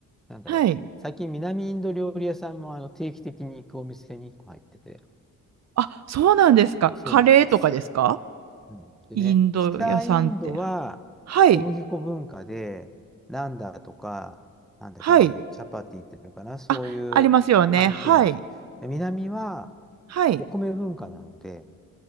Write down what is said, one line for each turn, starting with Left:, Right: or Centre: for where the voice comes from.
Centre: なんだろう。
Right: はい。
Centre: 最近南インド料理屋さんもあの定期的に行くお店に1個入ってて、
Right: あ、そうなんですか。
Centre: そうなんです。
Right: カレーとかですか
Centre: うん、でね、
Right: インド屋さんって。
Centre: 北インドは小麦粉文化で、
Right: はい。
Centre: ナンダとか、なんだっけな、
Right: はい。
Centre: あれチャパティっていうのかな、そういうパン系なんです。
Right: あ、ありますよね。はい。
Centre: で、南は
Right: はい。
Centre: お米文化なので、